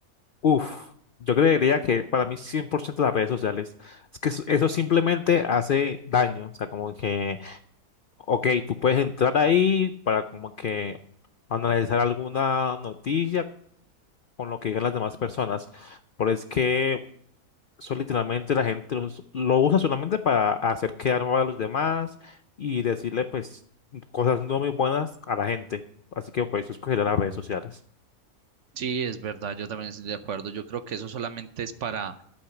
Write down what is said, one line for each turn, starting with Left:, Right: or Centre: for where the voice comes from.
Left: Uf, yo creería que para mí 100% las redes sociales, es que eso, eso simplemente hace daño, o sea, como que, ok, tú puedes entrar ahí para como que analizar alguna noticia con lo que digan las demás personas, pero es que eso literalmente la gente los- lo usa solamente para hacer quedar mal a los demás y decirle pues cosas no muy buenas a la gente. Así que por eso escogeré las redes sociales.
Right: Sí, es verdad, yo también estoy de acuerdo. Yo creo que eso solamente es para,